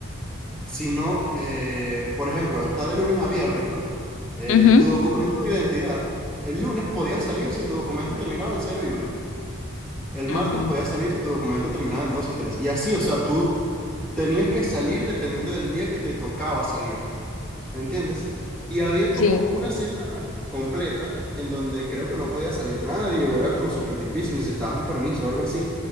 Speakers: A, in the centre; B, on the left.
A: sino, eh, por ejemplo, está de lunes a viernes, ¿no? Eh,
B: Ujú.
A: tu documento de identidad. El lunes podías salir si tu documento terminaba en cero y uno El
B: Mm,
A: martes podías salir si tu documento terminaba en dos y tres Y así, o sea, tú tenías que salir dependiendo del día que te tocaba salir. ¿entiendes? Y había
B: Sí.
A: como una semana completa en donde creo que no podía salir nadie o era como súper difícil, necesitabas un permiso o algo así.